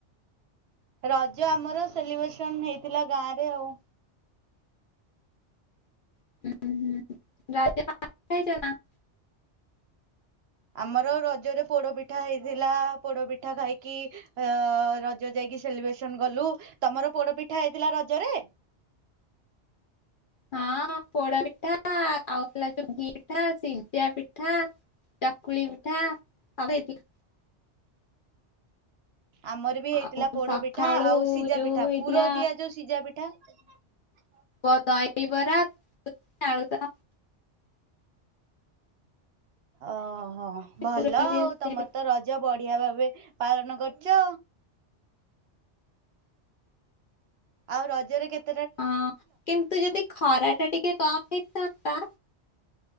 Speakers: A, on the right; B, on the left.
A: ରଜ ଆମର ସେଲିବ୍ରେସନ୍ ହେଇଥିଲା ଗାଁରେ ଆଉ।
B: ହୁଁ- ହୁଁ <inaudible> ହେଇଚି ନା।
A: ଆମର ରଜରେ ପୋଡ ପିଠା ହେଇଥିଲା ପୋଡପିଠା ଖାଇକି ଅ- ରଜ ଯାଇକି ସେଲିବ୍ରେସନ୍ କଲୁ -ତମର ପୋଡ ପିଠା ହେଇଥିଲା ରଜରେ?
B: ହଁ ପୋଡ ପିଠା ଆଉ ହେଲା ଯଉ ଘି ପିଠା, ସିଜା ପିଠା ଚକୁଳି ପିଠା ସବୁ ହେଇଥିଲା।
A: ଆମର ବି ହେଇଥିଲା
B: ଆଉ
A: ପୋଡପିଠା
B: ସକାଳୁ
A: ଆଉ ସିଜା
B: ଯୋଉ
A: ପିଠା
B: ହେଇଥିଲା
A: ପୁର ଦିଆ ଯଉ ସିଜା ପିଠା <unintelligible>
B: ବ-ଦହିବରା <unintelligible> ଆଳୁଦମ୍
A: ଓହୋ ଭଲ
B: ପୁର
A: ଆଉ
B: ଦିଆ ସିଝା
A: ତମର
B: ପିଠା
A: ତ ରଜ ବଢିଆ ଭାବେ ପାଳନ କରିଚ। ଆଉ ରଜରେ କେତ୍
B: ହଁ କିନ୍ତୁ ଯଦି ଖରା ଟା ଟିକେ କମ୍ ହେଇଥାନ୍ତା